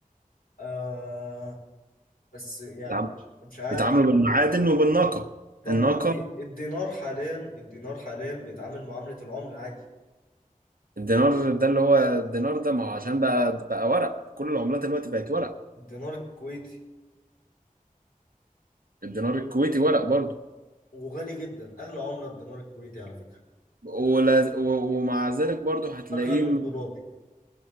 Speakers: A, on the left; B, on the right.
A: آه بس يعني
B: بيتعام-
A: مش عارف
B: بيتعاملوا
A: لا
B: بالمعادن وبالناقة
A: طب
B: الناقة
A: ما الدي... الدينار حاليا الدينار حاليا بيتعامل معاملة العملة عادي
B: الدينار ده اللي هو الدينار ده ما هو عشان بقى بقى ورق كل العملات دلوقتي بقت ورق
A: الدينار الكويتي
B: الدينار الكويتي ورق برضه
A: وغالي جدا اغلى عملة الدينار الكويتي على فكرة
B: ولا- و- ومع ذلك برضه هتلاقيه
A: اغلى من الدولار